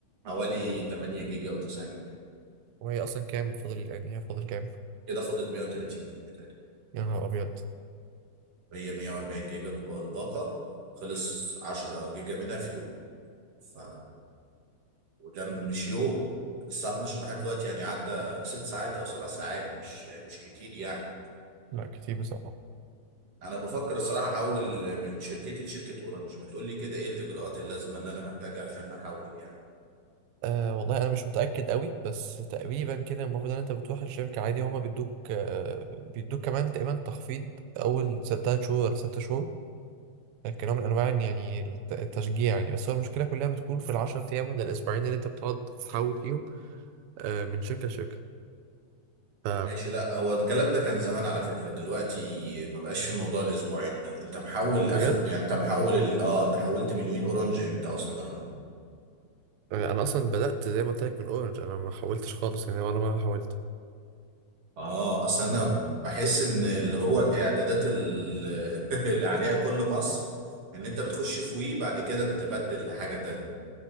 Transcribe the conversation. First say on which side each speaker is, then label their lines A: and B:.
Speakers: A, on the right; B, on the right.
A: حوالي 8 جيجا او 9 جيجا
B: وهي اصلا كام فاضل يعني هي فاضل كام
A: كده فاضل 130 جيجا تقريبا
B: يا نهار ابيض
A: هي 140 جيجا الب- الباقه خلص 10 جيجا منها في يوم ف وده من- مش يوم الساعه 12 لحد دلوقتي يعني عدى 6 ساعات او 7 ساعات مش مش كتير يعني
B: لا كتير بصراحة
A: انا بفكر الصراحه احول من شركتي لشركه اورنج ما تقول لي كده ايه الاجراءات اللازمه اللي انا محتاجها عشان احول يعني
B: آه والله انا مش متاكد قوي بس تقريبا كده المفروض ان انت بتروح الشركه عادي هما بيدوك آه بيدوك كمان تقريبا تخفيض اول ست- تلات شهور ولا ست شهور كنوع من انواع إن يعني الت- التشجيع يعني بس هو المشكله كلها بتكون في العشر ايام ولا الاسبوعين اللي انت بتقعد تحول فيهم آه من شركه لشركه ف
A: ماشي لا هو الكلام ده كان زمان على فكره دلوقتي ما بقاش في موضوع الاسبوعين ده انت محول اخر
B: بجد
A: يعني انت محول ال... اه انت حولت من ويل اورنج امتى اصلا اخر مره
B: آه، انا اصلا بدات زي ما قلت لك من اورنج انا ما حولتش خالص يعني ولا مره حولت
A: اه اصل انا بحس ان اللي هو الاعدادات ال- <laughs> اللي عليها كل مصر ان انت بتخش في وي بعد كده تبدل لحاجه تانية